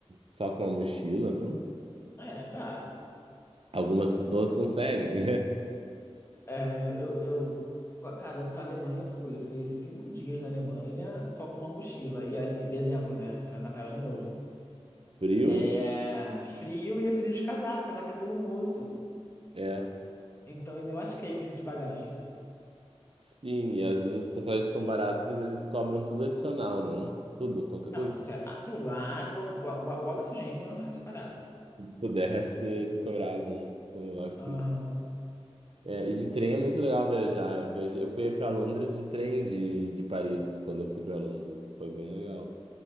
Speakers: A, on the right; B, on the left.
A: só com uma mochila, não?
B: É, dá.
A: Algumas pessoas conseguem.
B: É, eu, eu, eu- Cara, pra Alemanha eu fui. Eu fiquei cinco dias na Alemanha só com uma mochila. E assim, dezembro, né? Foi na Natal e Ano Novo.
A: <laughs> Frio,
B: É. Frio e eu preciso de casaco. Casaco é volumoso.
A: é.
B: Então eu me lasquei com isso de bagagem.
A: Sim, e às vezes as passagens são baratas, mas eles cobram tudo adicional, não? Tudo, qualquer
B: Não,
A: coisa
B: sé-
A: que
B: ah, tudo. A água, o, o- o oxigênio é separado.
A: pudesse, eles cobravam o oxigênio.
B: Aham.
A: É, e de trem é muito legal viajar. Eu viajei- eu fui para Londres de trem de, de Paris, quando eu fui para Londres. Foi bem legal